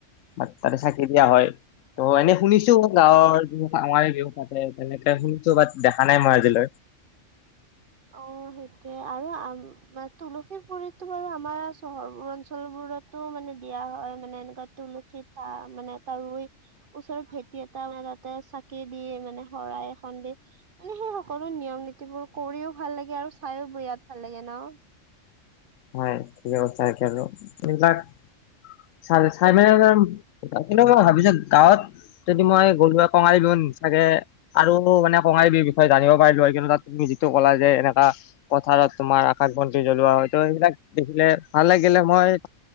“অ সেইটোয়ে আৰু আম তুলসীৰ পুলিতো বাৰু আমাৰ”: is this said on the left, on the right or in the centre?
Right